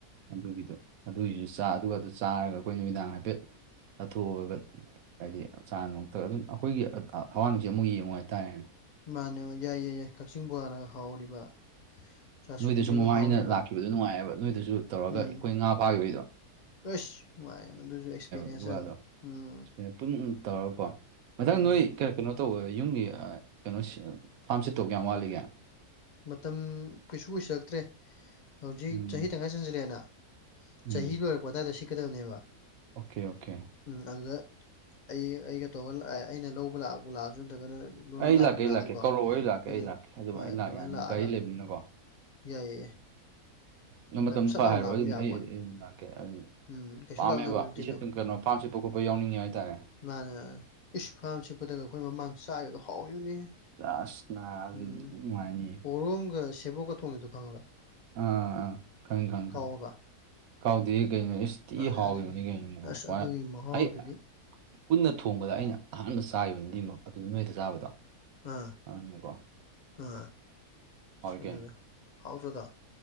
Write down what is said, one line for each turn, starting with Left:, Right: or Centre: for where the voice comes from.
Right: ꯑꯗꯨ ꯑꯗꯨꯒꯤꯗꯣ ꯑꯗꯨꯒꯤꯁꯨ ꯆꯥ ꯑꯗꯨꯒ ꯑꯗꯨ ꯆꯥꯔꯒ ꯑꯩꯈꯣꯏ ꯅꯨꯃꯤꯗꯥꯡ ꯍꯥꯏꯐꯦꯠ ꯆꯠꯊꯣꯛꯑꯒ ꯍꯥꯏꯗꯤ ꯆꯥ ꯅꯨꯡ ꯊꯥꯛꯑ ꯑꯗꯨꯝ ꯑꯩꯈꯣꯏꯒꯤ ꯍꯋꯥ ꯅꯨꯡꯁꯤ ꯑꯝꯕꯨꯛ ꯌꯦꯡꯉꯣꯏ ꯍꯥꯏꯇꯥꯔꯦꯅꯦ
Left: ꯃꯥꯟꯅꯦ ꯌꯥꯏ ꯌꯥꯏ ꯌꯥꯏ ꯀꯛꯆꯤꯡ ꯕꯣꯋꯥꯅꯒ ꯍꯥꯎꯔꯤꯕ ꯆꯥꯁꯨꯕꯤꯅꯒ
Right: ꯅꯣꯏꯗꯁꯨ ꯃꯃꯥꯡ
Left: ꯍꯥꯎꯔꯤꯕ
Right: ꯑꯩꯅ ꯂꯥꯛꯈꯤꯕꯗꯣ ꯅꯨꯡꯉꯥꯏꯑꯕ ꯅꯣꯏꯗꯁꯨ ꯇꯧꯔꯒ
Left: ꯎꯝ
Right: ꯑꯩꯈꯣꯏ ꯉꯥ ꯐꯥꯒꯤꯕꯩꯗꯣ
Left: ꯑꯁ ꯅꯨꯡꯉꯥꯏ ꯑꯗꯨꯁꯨ ꯑꯦꯛꯁꯄꯤꯔꯤꯌꯦꯟꯁ
Right: ꯑꯗꯨꯒꯗꯣ
Left: ꯑꯝꯅꯤ ꯎꯝ
Right: ꯄꯨꯟ ꯇꯧꯔꯒꯀꯣ ꯃꯊꯪ
Left: ꯎꯝ
Right: ꯅꯣꯏ ꯀꯩꯅꯣ ꯇꯧꯕ ꯌꯨꯝꯒꯤ ꯑ ꯀꯩꯅꯣ ꯐꯥꯝ ꯁꯤꯠꯇꯧ ꯀꯌꯥꯝ ꯋꯥꯠꯂꯤꯒꯦ
Left: ꯃꯇꯝ ꯀꯩꯁꯨ ꯀꯨꯏꯁꯜꯂꯛꯇ꯭ꯔꯦ ꯍꯧꯖꯤꯛ
Right: ꯎꯝ
Left: ꯆꯍꯤ ꯇꯪꯉꯥꯏ ꯆꯥꯟꯁꯤꯜꯂꯛꯑꯦꯅ
Right: ꯎꯝ
Left: ꯆꯍꯤ ꯂꯣꯏꯔꯛꯄ ꯑꯗꯥꯏꯗ ꯁꯤꯠꯀꯗꯕꯅꯦꯕ
Right: ꯑꯣꯀꯦ ꯑꯣꯀꯦ
Left: ꯎꯝ ꯑꯗꯨꯗ ꯑꯩ ꯑꯩꯒ ꯇꯧꯒ ꯑꯩꯅ ꯂꯧꯕ ꯂꯥꯛꯄꯨ ꯂꯥꯛꯑꯖꯨ ꯅꯠꯇ꯭ꯔꯒꯅ ꯕ꯭ꯔꯣꯅ
Right: ꯑꯩ
Left: ꯂꯥꯛꯄꯨ
Right: ꯂꯥꯛꯀꯦ ꯑꯩ
Left: ꯂꯥꯛꯑꯁꯨꯀꯣ
Right: ꯂꯥꯛꯀꯦ ꯀꯧꯔꯛꯑꯣ ꯑꯩ ꯂꯥꯛꯀꯦ
Left: ꯑꯗꯨ
Right: ꯑꯩ ꯂꯥꯛꯀꯦ ꯑꯗꯨꯝ
Left: ꯍꯣꯏ
Right: ꯑꯩ
Left: ꯑꯗꯨꯃꯥꯏꯅ
Right: ꯂꯥꯛ ꯌꯥꯅꯤ
Left: ꯂꯥꯛꯑꯒ
Right: ꯒꯥꯔꯤ ꯂꯩꯕꯅꯤꯅꯀꯣ
Left: ꯌꯥꯏꯌꯦ
Right: ꯅꯪ ꯃꯇꯝꯗ
Left: ꯁꯠ
Right: ꯐ
Left: ꯂꯥꯎꯅ
Right: ꯍꯥꯏꯔꯛꯑꯣ
Left: ꯂꯥꯛꯄ
Right: ꯑꯗꯨꯝ
Left: ꯑꯃ ꯌꯥꯕꯣꯠꯅꯤ
Right: ꯑꯩ ꯑꯩ ꯑꯗꯨꯝ ꯂꯥꯛꯀꯦ ꯑꯗꯨꯝ
Left: ꯎꯝ ꯀꯩꯁꯨ
Right: ꯄꯥꯝꯃꯦꯕ
Left: ꯂꯥꯞꯅꯕꯁꯨ ꯅꯠꯇꯦ
Right: ꯏꯁꯤꯠꯄ
Left: ꯂꯝ
Right: ꯀꯩꯅꯣ ꯐꯥꯝ ꯁꯤꯠꯄ ꯈꯣꯠꯄ ꯌꯥꯎꯅꯤꯡꯉꯦ ꯍꯥꯏꯇꯥꯔꯦ
Left: ꯃꯥꯅꯦ ꯃꯥꯅꯦ ꯏꯁ ꯐꯥꯝ ꯁꯤꯠꯄꯗꯒ ꯑꯩꯈꯣꯏ ꯃꯃꯥꯡ ꯆꯥꯒꯤꯕꯗꯣ ꯍꯥꯎꯒꯤꯕꯅꯦꯍꯦ
Right: ꯑꯁ ꯅꯥ ꯅꯨꯡꯉꯥꯏꯅꯤꯌꯦ
Left: ꯎꯝ ꯄꯣꯔꯣꯝꯒ ꯁꯦꯕꯣꯛꯀ ꯊꯣꯡꯒꯤꯕꯗꯣ ꯈꯪꯉꯕ꯭ꯔꯥ
Right: ꯑꯥ ꯑꯥ ꯑꯥ ꯈꯪꯉꯤ ꯈꯪ
Left: ꯀꯥꯎꯔꯕ
Right: ꯈꯪ ꯀꯥꯎꯗꯤꯌꯦ ꯀꯩꯅꯣ ꯏꯁ ꯊꯤ
Left: ꯑꯗꯨ
Right: ꯍꯥꯎꯒꯤꯕꯅꯤ
Left: ꯑꯗꯨ
Right: ꯀꯩꯅꯣ
Left: ꯑꯁ ꯑꯗꯨꯒꯤ
Right: <unintelligible>
Left: ꯃꯍꯥꯎꯗꯨꯗꯤ
Right: ꯑꯩ ꯄꯨꯟꯅ ꯊꯣꯡꯕꯗ ꯑꯩꯅ ꯑꯍꯥꯟꯕ ꯆꯥꯒꯤꯕꯅꯤ ꯑꯗꯨꯗ ꯅꯣꯏꯗ ꯆꯥꯕꯗꯣ
Left: ꯑꯥ
Right: ꯑꯅꯦꯀꯣ
Left: ꯑꯥ ꯑꯗꯨꯗ
Right: ꯀꯩꯅꯣ
Left: ꯍꯥꯎꯇ꯭ꯔꯣ ꯑꯗꯣ